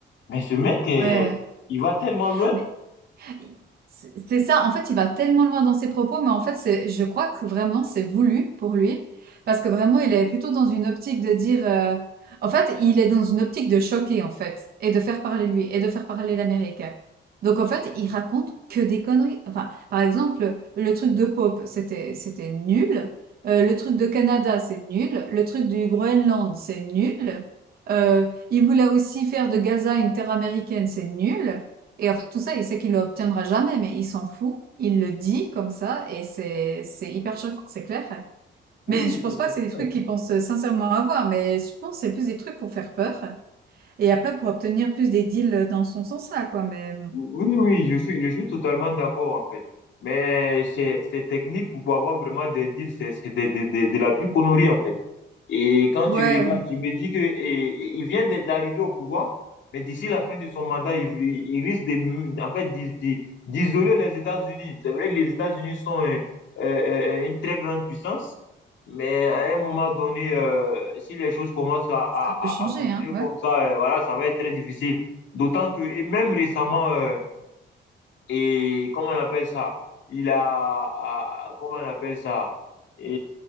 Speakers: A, on the left; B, on the right.
A: Mais ce mec, eh,
B: Ouais.
A: il va tellement loin.
B: Mais I c'est c'est ça, en fait, il va tellement loin dans ses propos, mais en fait, c'est, je crois que vraiment, c'est voulu pour lui, parce que vraiment, il est plutôt dans une optique de dire, euh, en fait, il est dans une optique de choquer, en fait, et de faire parler de lui, et de faire parler l'Amérique. Donc, en fait, il raconte que des conneries. Enfin, par exemple, le truc de Pope, c'était, c'était nul. Euh, le truc de Canada, c'est nul. Le truc du Groenland, c'est nul. Euh, il voulait aussi faire de Gaza une terre américaine, c'est nul. Et en fait, tout ça, il sait qu'il ne l'obtiendra jamais, mais il s'en fout. Il le dit comme ça, et c'est c'est hyper choquant, c'est clair.
A: Oui,
B: Mais je pense
A: c'est
B: pas
A: c'est
B: que
A: clair.
B: c'est des trucs qu'il pense euh, sincèrement avoir, mais je pense que c'est plus des trucs pour faire peur. Et après, pour obtenir plus des deals dans son sens-là, quoi. Mais mm,
A: Oui, oui, je suis, je suis totalement d'accord en fait. Mais c'est c'est technique pour pouvoir avoir vraiment des deals, c'est c'est de, de, de, de la plus connerie en fait. Et quand tu
B: ouais,
A: regardes, je me dis que et- il vient d'être- d'arriver au pouvoir, mais d'ici la fin de son mandat, il, il risque de, en fait, d'is- d'i- d'isoler les États-Unis. C'est vrai que les États-Unis sont euh, euh, euh, une très grande puissance, mais à un moment donné, euh, si les choses commencent à, à,
B: ça peut changer,
A: à à continuer
B: hein. Ouais.
A: comme ça, euh, voilà, ça va être très difficile. D'autant que, et même récemment, euh, et comment on appelle ça? Il a, a- comment on appelle ça? Et